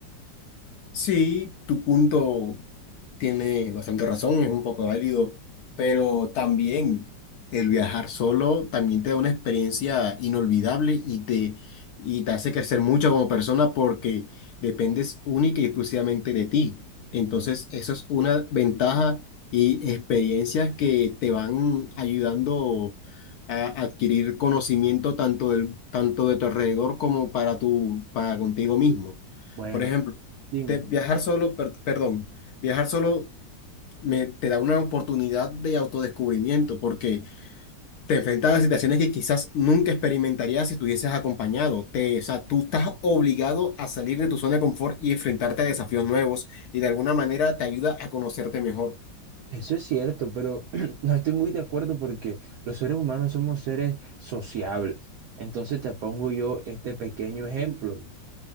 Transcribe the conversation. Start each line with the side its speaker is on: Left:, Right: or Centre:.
Left: Sí, tu punto tiene bastante razón, es un poco válido, pero también el viajar solo también te da una experiencia inolvidable y te, y te hace crecer mucho como persona porque dependes única y exclusivamente de ti. Entonces, eso es una ventaja y experiencias que te van ayudando a adquirir conocimiento tanto del, tanto de tu alrededor como para tu, para contigo mismo.
Right: Bueno,
Left: Por ejemplo,
Right: dime,
Left: te- viajar solo, per- perdón, viajar solo me, te da una oportunidad de autodescubrimiento porque te enfrentas a situaciones que quizás nunca experimentarías si estuvieses acompañado. Te, o sea, tú estás obligado a salir de tu zona de confort y enfrentarte a desafíos nuevos y de alguna manera te ayuda a conocerte mejor.
Right: eso es cierto, pero <clears throat> no estoy muy de acuerdo porque los seres humanos somos seres sociables. Entonces te pongo yo este pequeño ejemplo.